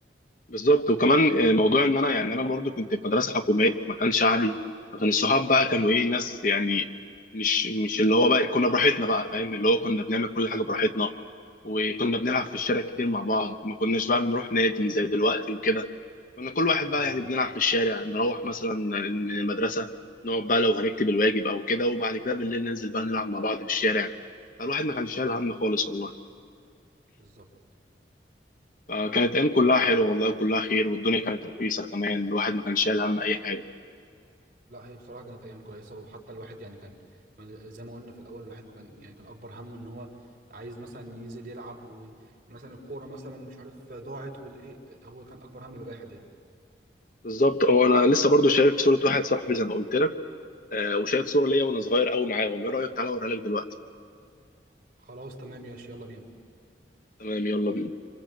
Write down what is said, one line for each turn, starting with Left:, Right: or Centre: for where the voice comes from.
Left: بالظبط وكمان موضوع ان انا يعني انا برضو كنت في مدرسه حكوميه في مكان شعبي فكان الصحاب بقى كانوا ايه ناس يعني مش مش اللي هو بقى كنا براحتنا بقى فاهم اللي هو كنا بنعمل كل
Right: بالظبط
Left: حاجه براحتنا
Right: ايوه
Left: وكنا بنلعب في الشارع كتير مع بعض ما كناش بقى بنروح نادي زي دلوقتي وكده كنا كل واحد بقى
Right: ايوه
Left: يعني
Right: ايوه
Left: بنلعب في الشارع نروح مثلا من المدرسه نقعد بقى لو هنكتب الواجب او كده وبعد كده بالليل ننزل بقى نلعب مع بعض في الشارع فالواحد ما كانش شايل هم خالص والله
Right: بالظبط
Left: فكانت ايام كلها حلوه والله وكلها خير والدنيا كانت رخيصه كمان الواحد ما كانش شايل هم اي حاجه
Right: لا هي بصراحه كانت ايام كويسه وحتى الواحد يعني كان ما- زي ما قلنا في الاول الواحد ما كان يعني كان اكبر همه ان هو عايز مثلا ينزل يلعب ومثلا الكوره مثلا مش عارف ضاعت والايه هو كان اكبر هم الواحد يعني
Left: بالظبط هو انا لسه برضو شايف صوره واحد صاحبي زي ما قلت لك آه، وشايف صوره ليا وانا صغير قوي معاهم ايه رايك تعالى اوريها لك دلوقتي
Right: خلاص تمام ياش يلا بينا
Left: تمام يلا بينا